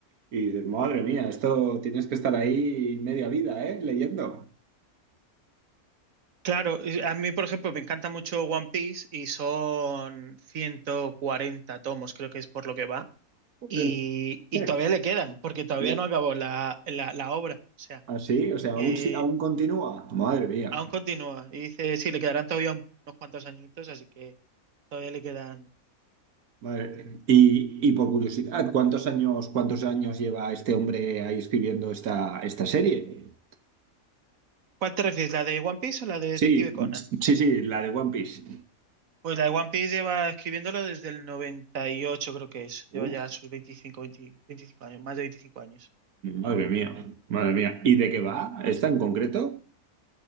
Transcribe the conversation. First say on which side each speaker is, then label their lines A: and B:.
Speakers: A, on the right; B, on the right.
A: y dices, madre mía, esto tienes que estar ahí media vida, ¿eh? Leyendo.
B: Claro, y a mí, por ejemplo, me encanta mucho One Piece y son 140 tomos, creo que es por lo que va.
A: Joder.
B: Y, y
A: <laughs>
B: todavía le quedan, porque todavía
A: Y
B: no acabó la, la, la obra. O sea,
A: así, o sea, aún,
B: eh,
A: sí- aún continúa. Madre mía.
B: aún continúa. Y dice, sí, le quedarán todavía un- unos cuantos añitos, así que todavía le quedan.
A: Vale. Y, y por curiosidad, ¿cuántos años, cuántos años lleva este hombre ahí escribiendo esta, esta serie?
B: ¿Cuál te refieres, la de One Piece o la de
A: Sí,
B: Detective Conan?
A: sí, sí, la de One Piece.
B: Pues la de One Piece lleva escribiéndolo desde el noventa y ocho creo que es.
A: Uf,
B: Lleva ya sus veinticinco 20 25 años, más de 25 años.
A: Madre mía, madre mía. ¿Y de qué va? ¿Esta en concreto?